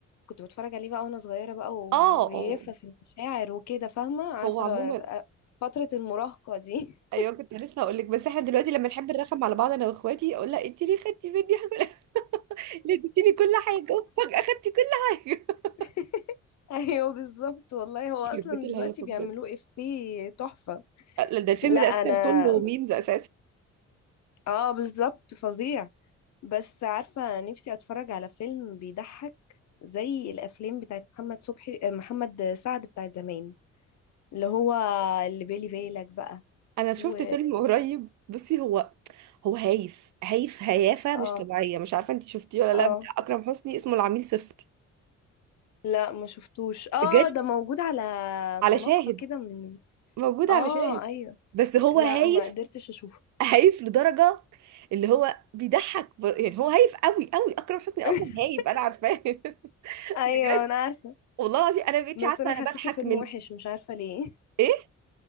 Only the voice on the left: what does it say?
كنت بتفرج عليه بقى وانا صغيره بقى وجيفه
في المشاعر وكده فاهمه عارفه
لو- فتره المراهقه دي
<laughs> ايوه بالظبط والله هو
اصلا
دلوقتي بيعملوه
افيه تحفه
لا
انا
اه بالظبط فظيع بس عارفه نفسي اتفرج على فيلم بيضحك زي الافلام بتاعت محمد صبحي محمد سعد بتاعت زمان اللي هو اللي بالي بالك بقى
و
اه
اه
لا ما شفتوش اه
ده موجود على
منصة
كده من
اه
ايوه
لا
ما قدرتش اشوفه
<laughs>
ايوه
انا عارفة
بس
انا
حسيته
فيلم
وحش مش عارفة ليه